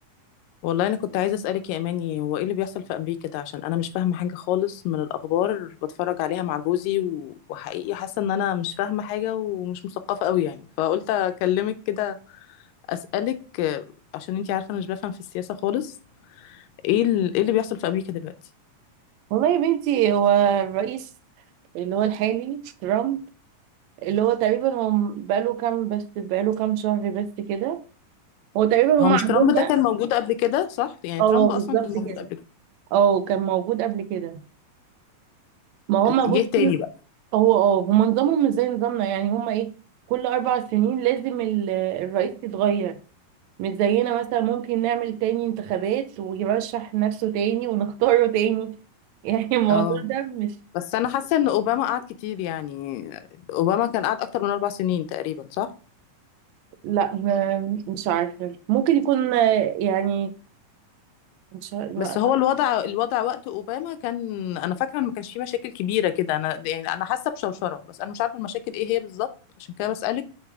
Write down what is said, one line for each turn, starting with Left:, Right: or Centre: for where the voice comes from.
Left: والله انا كنت عايزه اسالك يا اماني هو ايه اللي بيحصل في امريكا ده عشان انا مش فاهمه حاجه خالص من الاخبار بتفرج عليها مع جوزي و- وحقيقي حاسه ان انا مش فاهمه حاجه ومش مثقفه قوي يعني فقلت اكلمك كده اسالك آه، عشان انتي عارفه انا مش بفهم في السياسه خالص ايه ال- ايه اللي بيحصل في امريكا دلوقتي
Right: والله يا بنتي هو الرئيس اللي هو الحالي ترامب اللي هو تقريبا هو بقاله كام بس بقاله كام شهر بس كده هو تقريبا
Left: هو
Right: هم
Left: مش
Right: عندهم
Left: ترامب
Right: بقى
Left: ده كان موجود قبل كده صح يعني
Right: اه
Left: ترامب اصلا
Right: بالظبط
Left: كان موجود
Right: كده
Left: قبل كده
Right: اه كان موجود قبل كده ما هم
Left: جه
Right: بصي
Left: تاني بقى
Right: هو اه هم نظامهم مش زي نظامنا يعني هم ايه كل اربع سنين لازم ال- الرئيس يتغير مش زينا مثلا ممكن نعمل تاني انتخابات ويرشح نفسه تاني ونختاره تاني <laughs> يعني الموضوع
Left: اه
Right: ده مش
Left: بس انا حاسه ان اوباما قعد كتير يعني اوباما كان قعد اكتر من اربع سنين تقريبا صح
Right: لا م- مش عارفة ممكن يكون آه، يعني مش عارفة. ما-
Left: بس هو الوضع الوضع وقت اوباما كان انا فاكره ان ما كانش فيه مشاكل كبيره كده انا يعني انا حاسه بشوشره بس انا مش عارفه المشاكل ايه هي بالظبط عشان كده بسالك